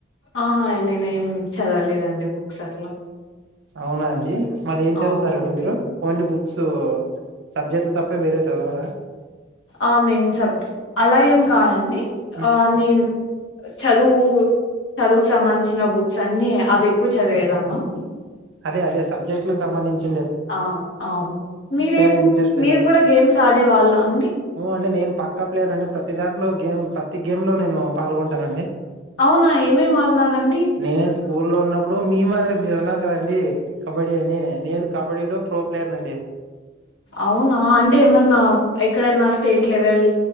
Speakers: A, on the left (about 75°); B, on the right (about 65°).
A: ఆహా నేనేం చదవలేదండి బుక్స్ అట్లా
B: అవునా అండి మళ్ళీ ఏం చదువుతారండి
A: అవునండి
B: మీరు ఓన్లీ బుక్స్ సబ్జెక్ట్లు తప్ప వేరే చదవరా
A: ఆ నేన్ సబ్జెక్ట్ అలా ఏం కాదండి
B: ఉమ్,
A: ఆ నేన్ చదువు చదువుకు సంబంధించిన బుక్స్ అన్ని అవి ఎక్కువ చదివేదానం
B: అదే అదే సబ్జెక్టు కు సంబంధించి
A: ఆ అవును మీరేం
B: ఏమి ఇంట్రెస్ట్
A: మీరు కూడా గేమ్స్ ఆడే వాళ్ళ అండి
B: ఉను అండి నేను పక్కా ప్లేయర్ అండి ప్రతి దాంట్లో గేమ్ ప్రతి గేమ్ లో నేను పాల్గొంటాన్ అండి
A: అవునా ఏమేం ఆడినారాండి
B: నేను స్కూ లో ఉన్నప్పుడు మీ మాదిరే మీరున్నారు కద అండి కబడ్డీ అని నేను కబడ్డీలో ప్రో ప్లేయర్ అండి
A: అవునా అంటే ఏమన్నా ఎక్కడన్నా స్టేట్ లెవెల్